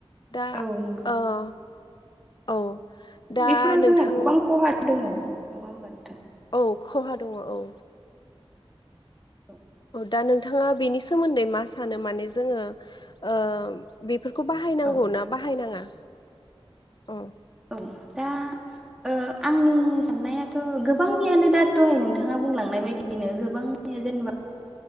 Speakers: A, on the left; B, in the centre.
A: दा
B: औ नंगौ
A: ओ औ दा
B: बेफोराव जोंहा
A: नोंथां
B: गोबां खहा दङ नङा होमबा नोंथां
A: औ खहा दङ औ
B: औ,
A: औ दा नोंथाङा बेनि सोमोन्दै मा सानो माने जोङो ओ बेफोरखौ बाहायनांगौ
B: औ
A: ना बाहायनाङा औ
B: औ दा ओ आंनि साननायाथ' गोबांनियानो दा दहाय नोंथाङा बुंलांनाय बायदि बिनो गोबां जेनेबा